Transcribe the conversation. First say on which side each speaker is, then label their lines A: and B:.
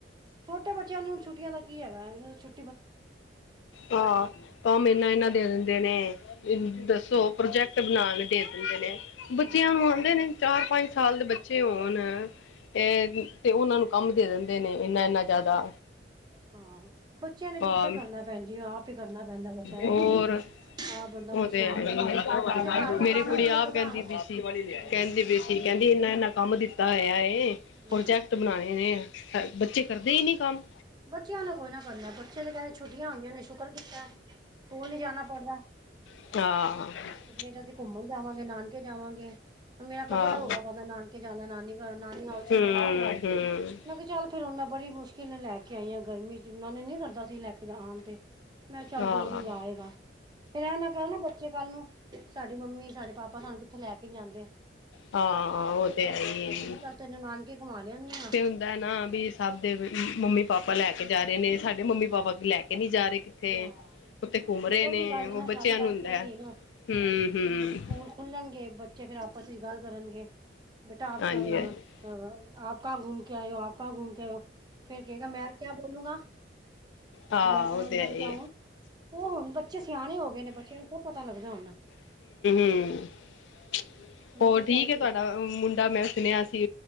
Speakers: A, on the right (about 25°); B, on the left (about 80°).
A: ਛੋਟੇ ਬੱਚਿਆਂ ਨੂੰ ਹੁਣ ਛੁੱਟੀਆਂ ਦਾ ਕੀ ਹੈਗਾ ਇਹਨਾਂ ਛੁੱ,
B: ਹਾਂ ਕੰਮ ਇਨਾ ਇਨਾ ਦੇ ਦਿੰਦੇ ਨੇ
A: ਹੋਰ ਕੀ
B: ਦੱਸੋ ਪ੍ਰੋਜੈਕਟ ਬਣਾਣ ਦੇ ਦਿੰਦੇ ਨੇ ਬੱਚਿਆਂ
A: ਹਾਂ
B: ਨੂੰ ਆਉਂਦੇ ਨੇ' ਚਾਰ ਪੰਜ ਸਾਲ ਦੇ ਬੱਚੇ ਹੋਣ, ਤੇ, ਤੇ ਉਹਨਾਂ ਨੂੰ ਕੰਮ ਦੇ ਦਿੰਦੇ ਨੇ ਇੰਨਾ ਇੰਨਾ ਜ਼ਿਆਦਾ।
A: ਹਾਂ ਬੱਚਿਆਂ ਨੇ ਕਿੱਥੇ
B: ਹਾਂ
A: ਕਰਨਾ ਭੈਣ ਜੀ ਆਪ ਹੀ ਕਰਨਾ ਪੈਂਦਾ ਬੱਚਿਆਂ
B: ਹੋਰ
A: ਦਾ ਕੰਮ। ਆਪ ਬੰਦਾ
B: ਉਹ
A: ਪਰੇਸ਼ਾਨ
B: ਤੇ ਹੈ
A: ਹੋ ਜਾਂਦਾ
B: ਹੀ ਆ
A: ਵੈਸੇ ਘਰ ਦਾ
B: ਮੇਰੀ
A: ਕੰਮ
B: ਕੁੜੀ
A: ਨੀ ਮੁੱਕਦਾ
B: ਆਪ ਕਹਿੰਦੀ ਪਈ ਸੀ
A: ਹੂੰ
B: ਕਹਿੰਦੀ ਪਈ ਸੀ, ਤੇ ਕਹਿੰਦੀ ਇੰਨਾ ਇੰਨਾ ਕੰਮ ਦਿੱਤਾ ਹੋਇਆ ਇਹ ਪ੍ਰੋਜੈਕਟ
A: ਹੂੰ
B: ਬਣਾਉਣੇ ਨੇ। ਬੱਚੇ ਕਰਦੇ ਹੀ ਨੀ ਕੰਮ।
A: ਬੱਚਿਆਂ ਨੂੰ ਕੋਈ ਨਾ ਕਰਨਾ ਬੱਚੇ ਦੇ ਕਹਿੰਦੇ ਛੁੱਟੀਆਂ ਹੋਈਆਂ ਨੇ ਸ਼ੁਕਰ ਕੀਤਾ। ਸਕੂਲ ਨੀ ਜਾਨਾ ਪੜਦਾ
B: <unintelligible>
A: ਛੁੱਟੀਆਂ ਚ ਅਸੀਂ ਘੁੰਮਣ ਜਾਵਾਂਗੇ, ਨਾਨਕੇ ਜਾਵਾਂਗੇ, ਮੇਰਾ ਕਦੋਂ
B: ਹਾਂ
A: ਨਾ ਰੌਲਾ ਪਾਂਦਾ ਨਾਨਕੇ ਜਾਣਾ ਨਾਨੀ ਘਰ ਨਾਨੀ ਹਾਊਸ
B: <unintelligible>
A: ਮੈਂ ਕਿਹਾ ਚੱਲ ਫਿਰ ਹੁਣ ਮੈਂ ਬੜੀ ਮੁਸ਼ਕਿਲ ਨੇ ਲੈ ਕੇ ਆਈ ਹਾਂ ਗਰਮੀ ਚ ' ਮਨ ਨਹੀਂ ਕਰਦਾ ਸੀ ਲੈ ਕੇ ਜਾਣ। ਮੈਂ ਚੱਲ
B: ਹਾਂ
A: ਦੋ ਦਿਨ ਲਾਏਗਾ। ਫਿਰ ਇਹ ਨਾ ਕਹਿ ਨਾ ਬੱਚੇ ਕੱਲ ਨੂੰ ਸਾਡੀ ਮੰਮੀ, ਸਾਡੇ ਪਾਪਾ ਆਪਾਂ ਸਾਨੂੰ ਕਿੱਥੇ ਲੈ ਕੇ ਜਾਂਦੇ
B: ਹਾਂ ਉਹ ਤੇ
A: ਮੈਂ
B: ਹੈ ਹੀ ਹੈ ਜੀ
A: ਕਿਹਾ ਚਲ ਤੈਨੂੰ ਨਾਨਕੇ ਘੁੰਮਾ ਲਿਆਨੀ ਆ।
B: ਤੇ ਹੁੰਦਾ ਨਾ ਬੀਸ ਸਭ ਦੇ ਮੰਮੀ ਪਾਪਾ ਲੈ ਕੇ ਜਾ ਰਹੇ ਨੇ ਸਾਡੇ, ਡੇ ਮੰਮੀ
A: ਹਾਂ
B: ਪਾਪਾ ਲੈ ਕੇ ਨਹੀਂ ਜਾ ਰਹੇ ਕਿੱਥੇ
A: ਹਾਂ
B: ਉੱਥੇ ਘੁੰਮ ਰਹੇ
A: ਉਹੀ
B: ਨੇ
A: ਗੱਲ
B: ਉਹ
A: ਹੈ ਨਾ
B: ਬੱਚਿਆਂ
A: ਸਾਰੀ ਗੱਲ
B: ਨੂੰ ਹੁੰਦਾ।
A: ਤੇ ਆਈ ਹੈ ਨਾ
B: <unintelligible>
A: ਫੇਰ ਸਕੂਲ ਖੁੱਲਣਗੇ ਬੱਚੇ ਫੇਰ ਆਪਸ ਵਿੱਚ ਗੱਲ ਕਰਨਗੇ ਬੇਟਾ ਆਪ
B: ਹਾਂਜੀ
A: ਆਪ,
B: ਹਾਂਜੀ
A: ਕ ਘੁੰਮ ਕੇ ਆਇ ਹੋ ਆਪ ਕਹਾ ਘੁੰਮ ਕੇ ਆਇਓ ਫਿਰ ਕਹੇਗਾ ਮੈਂ ਕਿਆ ਬੋਲੂੰਗਾ,
B: ਆਹ
A: ਮੈਂ ਕਹਾਂ
B: ਉਹ
A: ਘੁੰਮ
B: ਤੇ ਹੈ ਹੀ
A: ਕੇ ਆਊ ਉਹ ਹੁਣ ਬੱਚੇ ਸਿਆਣੇ ਹੋ ਗਏ ਨੇ ਬੱਚਿਆਂ ਨੂੰ ਸਭ ਪਤਾ ਲੱਗਦਾ ਹੁਣ
B: ਏ। <unintelligible>
A: ਮੈਂ
B: ਹੋਰ
A: ਕਿਹਾ
B: ਠੀਕ
A: ਚੱਲ
B: ਏ ਤੁਹਾਡਾ ਮੁੰਡਾ ਮੈਂ ਸੁਣਿਆ ਸੀ